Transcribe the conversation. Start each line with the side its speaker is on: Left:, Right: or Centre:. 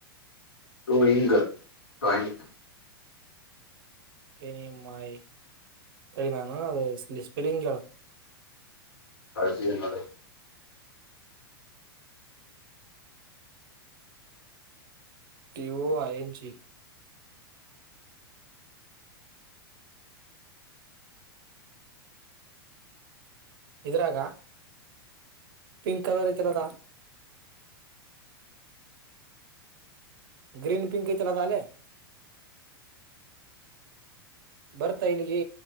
Left: ಟೂಯಿಂಗ್ <unintelligible>
Right: ಏನ ಮಾಯಿ ತಳ <unintelligible> ನಾನು ಅದು ಸ್ಪಿಲಿಂಗ್ ಕ <unintelligible>
Left: <inaudible> ಆಳಜನ್ನೋಡ
Right: T O I H E ಇದ್ರಾಗ ಪಿಂಕ್ ಕಲರ್ ಐತಲ್ಲ ಅದ ಗ್ರೀನ್ ಪಿಂಕ್ ಆಯ್ತಾ ಅಲ್ಲ <unintelligible> ಅಲೆ <unintelligible> ಬರ್ತಾ ಇಲ್ಲಿಗೆ